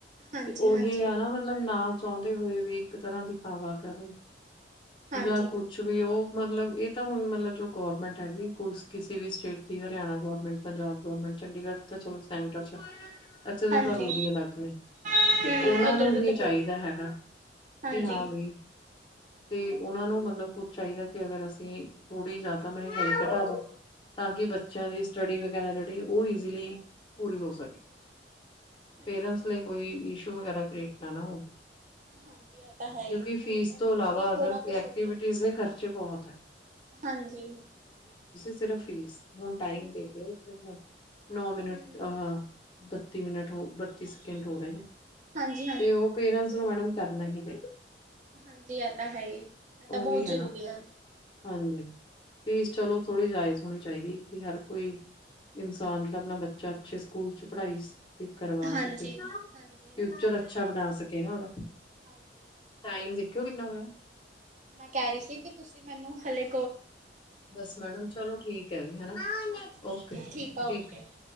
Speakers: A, on the right; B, on the left.
A: ਹਾਂਜੀ-ਹਾਂਜੀ,
B: ਤੇ ਉਹੀ ਹੈ ਨਾ ਮਤਲਬ ਨਾ ਚਾਹੁੰਦੇ ਹੋਏ ਵੀ ਇੱਕ ਤਰ੍ਹਾਂ ਦੀ ਖਾਵਾ ਕਹਿ ਲਓ।
A: ਹਾਂਜੀ।
B: ਜਾਂ ਕੁਛ ਵੀ ਉਹ ਮਤਲਬ, ਇਹ ਤਾਂ ਹੁਣ ਮਤਲਬ ਜੋ ਗੌਰਮੈਂਟ ਹੈਗੀ ਕੋਈ ਕਿਸੇ ਵੀ ਸਟੇਟ ਦੀ ਹਰਿਆਣਾ ਗੌਰਮੈਂਟ ਪੰਜਾਬ ਗੌਰਮੈਂਟ ਚੰਡੀਗੜ੍ਹ ਤਾਂ ਚਲੋ ਸੈਂਟਰ, ਇੱਥੇ ਦੇ
A: ਹਾਂਜੀ,
B: ਤਾਂ ਰੂਲ ਹੀ ਅਲੱਗ ਨੇ,
A: ਹੂੰ
B: ਤੇ ਉਹਨਾਂ
A: ਉੱਧਰ
B: ਨੂੰ
A: ਦਾ
B: ਵੀ
A: ਤਾਂ ਬਹੁਤ
B: ਚਾਹੀਦਾ ਹੈਗਾ,
A: ਹਾਂਜੀ-ਹਾਂਜੀ।
B: ਕਿ ਹਾਂ ਬਈ ਤੇ ਉਹਨਾਂ ਨੂੰ ਮਤਲਬ ਕੁਛ ਚਾਹੀਦਾ ਕਿ ਅਗਰ ਅਸੀਂ, ਥੋੜ੍ਹੀ ਜਾਂ ਤਾਂ ਮਹਿੰਗਾਈ ਘਟਾ ਦੋ ਤਾਂ ਕਿ ਬੱਚਿਆਂ ਦੀ ਸਟੱਡੀ ਵਗੈਰ ਉਹ ਇਜ਼ੀਲੀ ਪੂਰੀ ਹੋ ਸਕੇ।
A: ਅੱਛਾ,
B: ਪੇਰੈਂਟਸ ਲਈ ਕੋਈਸ਼ ਵਗੈਰਾ <unintelligible> ਨਾ।
A: ਹਾਂਜੀ ਇਹ ਤਾਂ ਹੈ
B: ਕਿਉਂਕਿ
A: ਹੀ ਮਤਲਬ
B: ਫੀਸ
A: ਉਹ
B: ਤੋਂ ਇਲਾਵਾ
A: ਉਹ ਵੀ
B: ਅਦਰ
A: ਥੋੜਾ ਤਾਂ ਸੋਚਣ
B: ਐਕਟੀਵਿਟੀਜ਼
A: ਕਿ ਬਈ
B: ਦੇ ਖਰਚੇ ਬਹੁਤ ਹੈ।
A: ਹਾਂਜੀ।
B: ਸਿਰਫ਼ ਫੀਸ ਹੁਣ ਟਾਈਮ ਦੇਖ ਲਓ ਨੌ ਮਿੰਟ
A: ਹੂੰ,
B: ਅਹ ਬੱਤੀ ਮਿੰਟ ਹੋ ਬੱਤੀ ਸੈਕਿੰਡ
A: ਹਾਂਜੀ।
B: ਹੋ ਰਹੇ ਨੇ
A: ਹਾਂਜੀ-ਹਾਂਜੀ,
B: ਤੇ ਉਹ ਪੇਰੈਂਟਸ ਮਣਨ ਕਰਨਾ ਹੀ ਪ
A: ਹਾਂਜੀ ਇਹ ਤਾਂ ਹੈ ਹੀ ਇਹ ਤਾਂ
B: ਉਹੀ
A: ਬਹੁਤ
B: ਹੈ
A: ਜ਼ਰੂਰੀ
B: ਨਾ
A: ਆ।
B: ਹਾਂਜੀ। ਫੀਸ ਚਲੋ ਥੋੜੀ ਜਾਇਜ਼। ਹੋਣੀ ਚਾਹੀਦੀ ਕਿ ਹਰ ਕੋਈ ਇਨਸਾਨ ਜਿਹੜਾ ਆਪਣਾ ਬੱਚਾ ਅੱਛੇ ਸਕੂਲ <unintelligible> ਕਰਵਾ
A: ਹਾਂਜੀ-ਹਾਂਜੀ-ਹਾਂਜੀ,
B: ਸਕੇ ਫਿਊਚਰ
A: ਹਾਂਜੀ। ਹਾਂਜੀ
B: ਅੱਛਾ ਬਣਾ ਸਕੇ ਨਾ ਉਹਦਾ
A: ਹਾਂਜੀ
B: ਟਾਈਮ ਦੇਖਿਓ ਕਿੰਨਾ ਹੋਇਆ?
A: ਮੈਂ ਕਹਿ ਰਹੀ ਸੀ ਕਿ ਤੁਸੀਂ ਮੈਨੂੰ ਹਾਲੇ।
B: ਬਸ ਮੈਡਮ ਚਲੋ ਠੀਕ ਹੈ ਜੀ ਹਨ
A: ਹਾਂਜੀ-ਹਾਂਜੀ,
B: ਓਕੇ ਠੀਕ।
A: ਆ ਓਕੇ-ਓਕੇ।